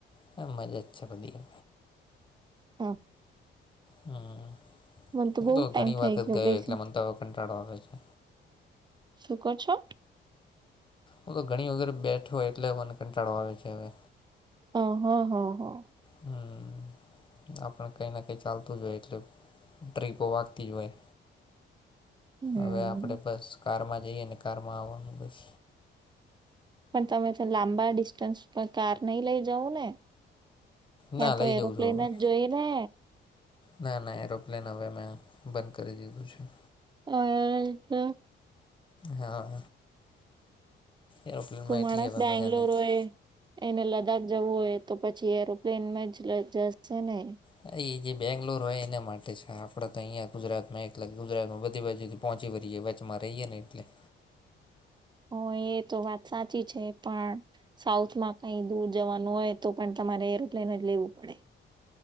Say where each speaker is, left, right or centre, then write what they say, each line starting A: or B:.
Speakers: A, on the left; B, on the right.
A: હ, મજા છે, વધી.
B: હા.
A: હમ,
B: મને
A: હું
B: બહુ
A: તો
B: ટાઈમ
A: ઘણી
B: થઈ
A: વખત ગયો,
B: બેસી
A: એટલે મને તો કંટાળો આવે છે.
B: શું કરો છો?
A: હ, તો ઘણી વગર બેઠો હોય, એટલે મને કંટાળો આવે છે હવે.
B: હ, હા, હા, હા.
A: હમ. આપણે કંઈ ના, કંઈ ચાલતું જ હોય, એટલે ટ્રીપો વાગતી જ હોય.
B: હમ્મ.
A: હવે આપણેે બસ કારમાં જઈએ, અને કારમાં આવવાનું બસ.
B: પણ તમે લાંબા ડિસ્ટન્સ પર કાર નહી લઈ જવું ને. ત્યાં
A: ના
B: તો
A: લઈ
B: એરોપ્લેન
A: જઉં છું હવે
B: જ જોઈ ને.
A: ના, ના, એરોપ્લેન હવે મેં બંધ કરી દીધું છે.
B: ઓ તો.
A: હા. એરોપ્લેનમાં
B: કોઈ માણસ
A: એટલી હવે
B: બેંગલોર
A: મજા નથી.
B: એ. એને લદ્દાખ જવું હોય તો, પછી એરોપ્લેનમાં જ જશે ને.
A: હા, એ જે બેંગ્લોર હોય એના માટે છે, આપડે તો અહીં ગુજરાતમાં એક ગુજરાત માં બધી બાજુથી પહોંચી વરીએ. બમાંમારેહી જનેનીટલે. <unintelligible>
B: હ, એ તો વાત સાચી છે. પણ સાઉથમાં કઈ દૂર જવાનું હોય તો, પણ તમારે એરોપ્લેન જ લેવું પડે.